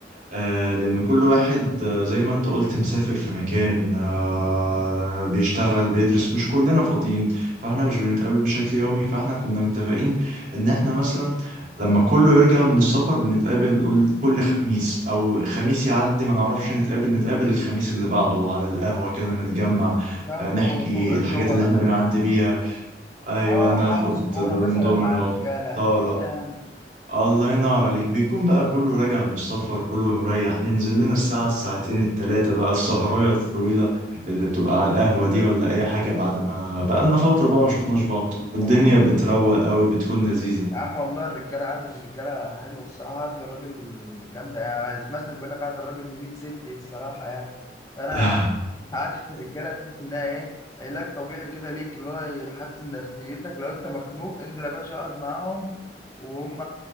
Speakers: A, on the right; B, on the left.
A: آه لأن كل واحد آه زي ما أنت قلت مسافر في مكان آه بيشتغل بيدرس مش كلنا فاضيين فاحنا مش بنتقابل بشكل يومي فاحنا كنا متفقين إن احنا مثلا لما كله يرجع من السفر بنتقابل قول- كل خميس أو خميس يعدي ما نعرفش نتقابل نتقابل الخميس اللي بعده على القهوة كده نتجمع
B: بتاخده
A: آه نحكي
B: طبعا
A: الحاجات
B: ضمنة
A: اللي احنا
B: كده
A: بنعدي بيها ايوه
B: اه
A: ناخد
B: حجز كوره
A: دورين
B: مثلا
A: دومينو
B: مع الرجاله
A: طاوله
B: كده يعني
A: الله ينور عليك بيكون بقى كله راجع من السفر كله مريح ننزل لنا الساعه الساعتين التلاتة بقى السهرايه الطويله اللي بتبقى على القهوه دي ولا اي حاجه بعد ما بقى لنا فتره بقى ما شفناش بعض
B: أكيد
A: والدنيا
B: بقى.
A: بتروق قوي بتكون لذيذه
B: يا عم والله الرجاله قعده الرجاله حلوه الصراحه قعده الراجل جامده يعني مثلا بيقول لك قعده الراجل ب 100 ست الصراحه يعني فانا
A: <laughs>
B: عارف الرجاله تحس انها ايه علاج طبيعي كده ليك اللي هو يحسن نفسيتك لو انت مخنوق انزل يا باشا اقعد معاهم وهم